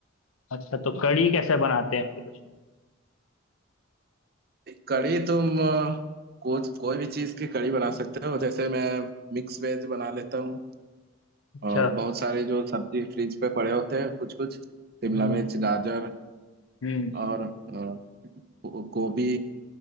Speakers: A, on the left; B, on the right.
A: अच्छा तो कड़ी कैसे बनाते हैं फिर उसमें
B: कड़ी तुम अ, कुछ कोई भी चीज की कड़ी बना सकते हो जैसे मैं मिक्स वेज बना लेता हूँ
A: अच्छा
B: और बहुत सारे जो सब्जी फ्रिज पे पड़े होते हैं कुछ कुछ शिमला
A: हम्म
B: मिर्च गाजर
A: हम्म
B: और अ, गो- गोभी